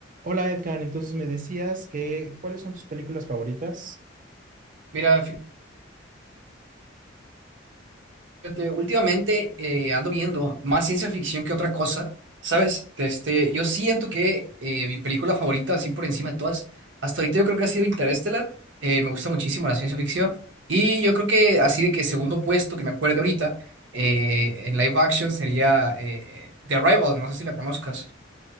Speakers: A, on the right; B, on the right.
A: Hola Edgar, entonces me decías que ¿cuáles son tus películas favoritas?
B: Mira, fíjate, últimamente eh, ando viendo más ciencia ficción que otra cosa, ¿sabes? Este, yo siento que eh, mi película favorita, así por encima de todas, hasta ahorita yo creo que ha sido Interstellar. Eh, me gusta muchísimo la ciencia ficción. Y yo creo que así de que segundo puesto que me acuerdo ahorita eh, en live action sería eh, The Arrival, no sé si la conozcas.